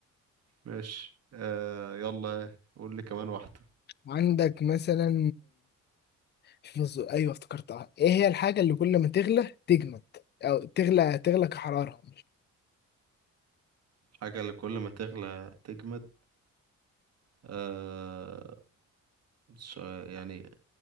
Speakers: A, on the right; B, on the left.
A: ماشي آه يلا قول لي كمان واحدة
B: عندك مثلا في الز- ايوه افتكرتها ايه هي الحاجه اللي كل ما تغلى تجمد او تغلى تغلى كحراره
A: حاجة اللي كل ما تغلى تجمد آه مش يعني